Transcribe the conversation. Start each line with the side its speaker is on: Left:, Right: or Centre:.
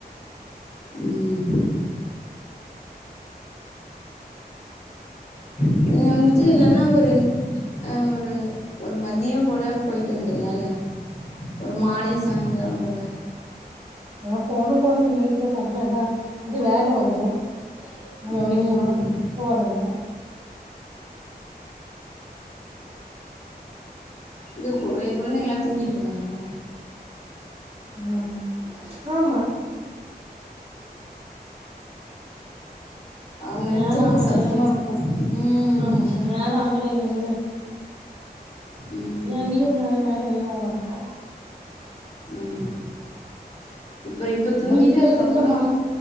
Left: ம் நீங்க வந்துட்டு இல்லன்னா ஒரு அ ஒரு ஒரு மதியம் போல போய்ட்டு வந்துர்லால ஒரு மாலை சாய்ந்தரம் போல
Right: அதா போனு போனுன் நெனைக்கறதா அப்பறோ ஏதாவ் எது வேல வந்துரு அதோடியுங்க
Left: ம்
Right: போறதுல்ல
Left: இங்க கு குழந்தைங்கல்லா தூங்கிட்டு இருக்காங்களா
Right: ம் ஆமா
Left: அவங்க
Right: நேரோ
Left: எந்துச்சு ஒரே
Right: ஆகலியே
Left: சத்தமா இருக்கு ம்
Right: ஆமா நேரோ ஆ கலைலே <inaudible>
Left: ம்
Right: ஏன் லீவு நேரோனால எல்லா ஒறக்கோ
Left: ஆமா இப்ப இப்ப
Right: நம்மளுக்கே
Left: தூங்கிட்டு அதுக்கப்பறம்
Right: இந்த ம